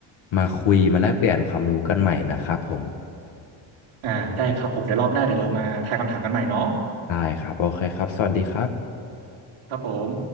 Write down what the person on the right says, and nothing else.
อ่าได้ครับผมเดี๋ยวรอบหน้าเดี๋ยวเรามาทายคำถามกันใหม่เนาะ
ครับผม